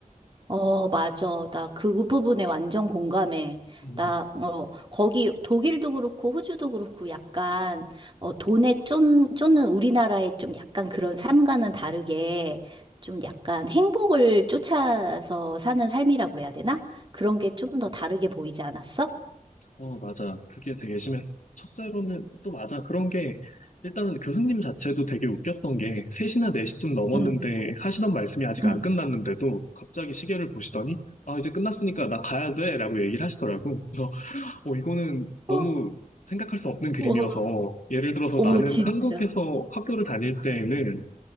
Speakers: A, on the right; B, on the left.
A: 어, 맞아. 나 그 부분에 완전 공감해.
B: 음.
A: 나, 어, 거기 독일도 그렇고 호주도 그렇고 약간, 어, 돈에 쫓, 쫓는 우리나라의 좀 약간 그런 삶과는 다르게 좀 약간 행복을 쫓아서 사는 삶이라고 그래야 되나? 그런 게 좀 더 다르게 보이지 않았어?
B: 어, 맞아. 그게 되게 심했어. 첫째로는 또 맞아. 그런 게 일단은 교수님 자체도 되게 웃겼던 게 3시나 4시쯤 넘었는데
A: 응,
B: 하시던 말씀이 아직
A: 응.
B: 안 끝났는데도 갑자기 시계를 보시더니 아, 이제 끝났으니까 나 가야 돼 라고 얘기를 하시더라고. 그래서 어, 이거는
A: 어,
B: 너무 생각할 수 없는 그림이어서
A: 오,
B: 예를 들어서
A: 오,
B: 나는
A: 진짜.
B: 한국에서 학교를 다닐 때에는